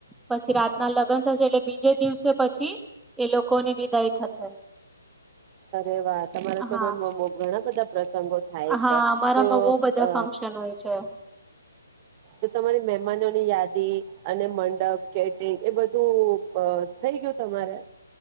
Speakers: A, in the centre; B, on the right (about 25°).
A: પછી રાત ના લગન થશે એટલે બીજે દિવસે પછી એ લોકોની વિદાઈ થશે
B: અરે વા તમારે તો
A: હા
B: મ મા મોં ઘણા બધા પ્ર તંગો થાય
A: હા
B: છે
A: અમારામાં
B: તો
A: બહુ બધા
B: અ
A: ફંક્શન હોય છે.
B: તો તમારી મેમ મનોની યાદી અને મંડપ કેટિંગ એ બધું થઈ ગયું તમારે